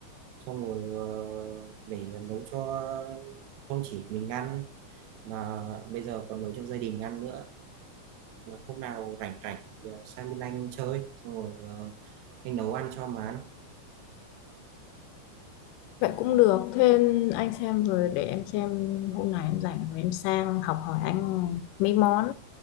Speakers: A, on the right (about 80°); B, on the left (about 90°).
A: xong rồi ờ, để nấu cho không chỉ mình ăn mà bây giờ còn nấu cho gia đình ăn nữa hôm nào rảnh rảnh thì ờ, sang bên anh chơi xong rồi ờ, anh nấu ăn cho mà ăn
B: Vậy cũng được, thế anh xem rồi để em xem hôm nào em rảnh rồi em sang học hỏi anh mấy món